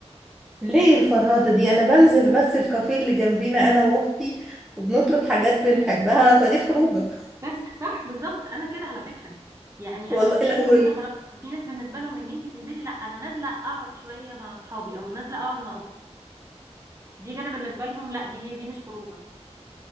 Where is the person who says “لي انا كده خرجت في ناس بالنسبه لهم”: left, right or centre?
Right